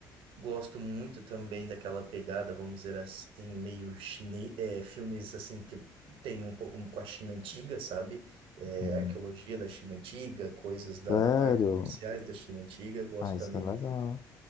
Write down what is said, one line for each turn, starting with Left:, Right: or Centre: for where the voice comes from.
Right: Gosto muito também daquela pegada, vamos dizer assim, meio chinês, é, filmes assim que tem um pouco com a China antiga, sabe? É,
Left: hum,
Right: arqueologia da China antiga, coisas da
Left: sério?
Right: artes marciais da China antiga. Gosto
Left: Ah, isso
Right: também
Left: é legal.